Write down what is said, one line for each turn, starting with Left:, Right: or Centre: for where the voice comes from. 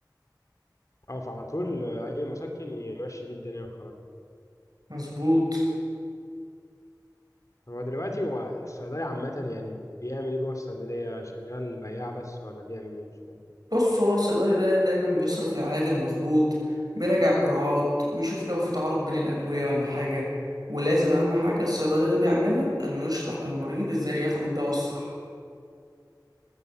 Left: اه فعلى طول آه، اي مسكن يمشي بيه الدنيا وخلاص
Right: مظبوط
Left: طب هو دلوقتي هو الصيدلي عامه يعني بيعمل ايه جوه الصيدليه شغال بياع بس ولا بيعمل ايه مش فاهم
Right: بص هو الصيدلي ده دايما بيصرف العلاج المظبوط بيراجع الجرعات بيشوف لو في تعارض بين الأدوية ولا حاجة ولازم أهم حاجة الصيدلي ده بيعملها إنه يشرح للمريض إزاي ياخد الدواء الصح